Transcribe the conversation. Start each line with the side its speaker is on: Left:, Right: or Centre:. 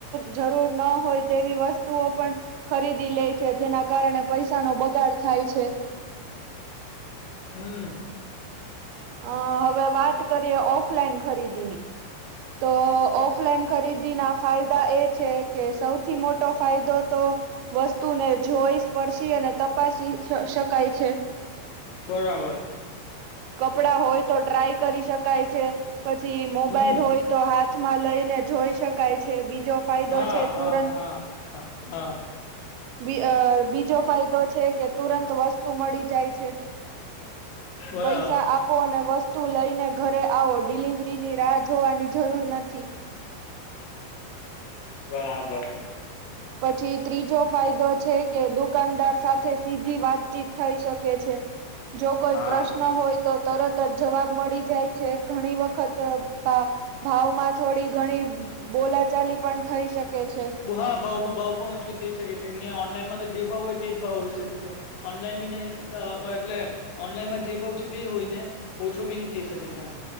Right: જરૂર ન હોય તેવી વસ્તુઓ પણ ખરીદી લે છે જેના કારણે પૈસાનો બગાડ થાય છે.
Left: હમ.
Right: અ હવે, વાત કરીએ. ઓફલાઈન ખરીદીની તો ઓફલાઈન ખરીદીના ફાયદા એ છે કે સૌથી મોટો ફાયદો તો વસ્તુને જોઈ સ્પર્શી અને તપાસી શકાય છે.
Left: બરાબર.
Right: કપડાં હોય તો ટ્રાય કરી શકાય છે. પછી મોબાઈલ
Left: હમ
Right: હોય. તો હાથમાં લઈને જોઈ શકાય છે. બીજો ફાયદો
Left: હા
Right: છે
Left: હા
Right: તુરંત-
Left: હા હા. હા.
Right: બ બીજો ફાયદો છે કે તુરંત વસ્તુ મળી જાય છે.
Left: બરાબર
Right: પૈસા આપો અને વસ્તુ લઈને ઘરે આવો ડિલિવરી રી ની રાહ જોવાની જરૂર નથી.
Left: બરાબર.
Right: પછી ત્રીજો ફાયદો છે, કે દુકાનદાર સાથે સીધી વાતચીત થઈ શકે છે, જો કોઈ
Left: હા
Right: પ્રશ ન હોય તો તરત જ જવાબ મળી જાય છે, ઘણી વખત તો ભા ભાવમાં થોડી ઘણી બોલાચાલી પણ થઈ શકે છે.
Left: હા ભાવમાં ભાવ પણ ઓછો થઈ શકે છે કે નહીં ઓનલાઈનમાં તો જે ભાવ હોય તે જ ભાવ હોઈ શકે છે. ઓનલાઈન બી નય એટલે ઓનલાઈનમાં જે ભાવ છે તે જ હોય ને ઓછો બી ની થઈ શકે છે, એમ